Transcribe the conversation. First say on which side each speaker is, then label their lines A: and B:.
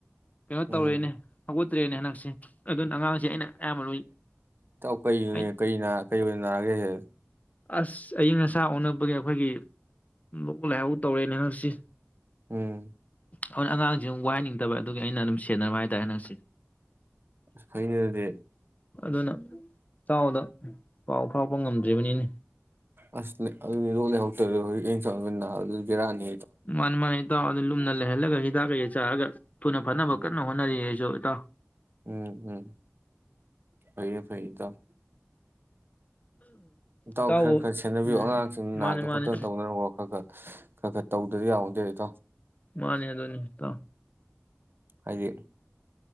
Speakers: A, on the left; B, on the right.
A: ꯀꯩꯅꯣ
B: ꯎꯝ
A: ꯇꯧꯔꯅꯦ ꯍꯧꯒꯠ <unintelligible> ꯍꯟꯅꯁꯤ ꯑꯗꯨꯅ ꯑꯉꯥꯡꯁꯦ ꯑꯩꯅ ꯑꯌꯥꯝꯕ ꯂꯣꯏ
B: ꯇꯥꯎ ꯀꯩ <unintelligible>
A: ꯑꯩ
B: ꯀꯩꯅ ꯀꯩꯑꯣꯏꯅ ꯅꯥꯔꯒꯦꯍꯦ
A: ꯑꯁ ꯑꯏꯤꯡ ꯑꯁꯥ ꯑꯣꯟꯕꯒꯤ ꯑꯩꯈꯣꯏꯒꯤ ꯂꯣꯛ ꯂꯥꯏꯍꯥꯎ ꯇꯧꯔꯦꯅꯦ ꯍꯟꯅꯁꯤ
B: ꯎꯝ
A: ꯍꯣꯏ ꯑꯉꯥꯡꯁꯦ ꯑꯃꯛ ꯋꯥꯏꯍꯟꯅꯤꯡꯗꯕ ꯑꯗꯨꯒꯤ ꯑꯩꯅ ꯑꯗꯨꯝ ꯁꯦꯟꯅꯕ ꯍꯥꯏꯇꯥꯔꯦ ꯍꯟꯗꯛꯁꯦ꯫
B: ꯑꯁ ꯐꯩꯅꯦ ꯑꯗꯨꯗꯤ
A: ꯑꯗꯨꯅ ꯇꯥꯎꯗ ꯄꯥꯎ ꯐꯥꯎꯄ ꯉꯝꯗ꯭ꯔꯤꯕꯅꯤꯅꯦ
B: ꯑꯁ ꯑꯗꯨꯅꯤ ꯂ‌ꯣꯛꯂꯥꯏꯍꯧ ꯇꯧꯔꯤꯗ‌ꯣ ꯍꯧꯖꯤꯛ <unintelligible> ꯅꯕꯗꯨ ꯕ‌ꯦꯔꯥꯅꯤ
A: ꯃꯅꯦ ꯃꯅꯦ ꯏꯇꯥꯎ ꯂꯨꯝꯅ ꯂꯩꯍꯜꯂꯒ ꯍꯤꯗꯥꯛ ꯀꯩ-ꯀꯩ ꯆꯔꯒ ꯊꯨꯟꯅ ꯐꯅꯕ
B: ꯎꯝ
A: ꯀꯟꯅ ꯍ‌ꯣꯠꯅꯔꯤꯌ‌ꯦ ꯑꯩꯁꯨ ꯏꯇꯥꯎ
B: ꯎꯝ ꯎꯝ ꯐꯌꯦ ꯐꯌ‌ꯦ ꯏꯇꯥꯎ ꯏꯇꯥꯎ
A: ꯏꯇꯥꯎꯕꯨ
B: ꯈꯔ ꯈꯔ ꯁꯦꯟꯅꯕꯤꯌꯨ
A: ꯎꯝ
B: ꯑꯉꯥꯡꯁꯤꯡ ꯅꯥꯗ
A: ꯃꯥꯅꯤ ꯃꯥꯅꯤ
B: ꯈꯣꯠꯇꯅ ꯇꯧꯅꯔ ꯈꯔ ꯈꯔ ꯀꯒꯠ ꯇꯧꯗ꯭ꯔꯗꯤ ꯌꯥꯕ‌ꯣꯟꯇ‌ꯦ ꯏꯇꯥꯎ
A: ꯃꯥꯅꯤ ꯑꯗꯨꯅꯤ ꯏꯇꯥꯎ
B: ꯍꯥꯏꯗꯤ